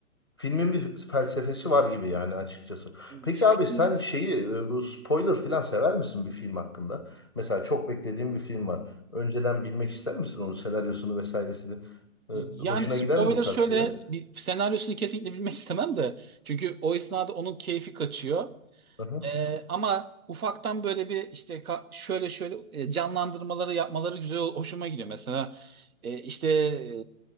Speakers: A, on the left (about 20°); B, on the right (about 85°).
A: Filmin bir felsefesi var gibi yani açıkçası. Peki
B: Film-
A: abi sen şeyi e, bu spoiler falan sever misin bir film hakkında? Mesela çok beklediğin bir film var. Önceden bilmek ister misin onun senaryosunu vesairesini? E,
B: Yani
A: Hoşuna
B: spoiler
A: gider mi bu tarz
B: şöyle
A: şeyler?
B: bir senaryosunu kesinlikle bilmek istemem de. Çünkü o esnada onun keyfi kaçıyor.
A: Hı hı.
B: Ee, ama ufaktan böyle bir işte ka- şöyle şöyle e, canlandırmaları yapmaları güzel hoşuma gidiyor. Mesela e, işte e,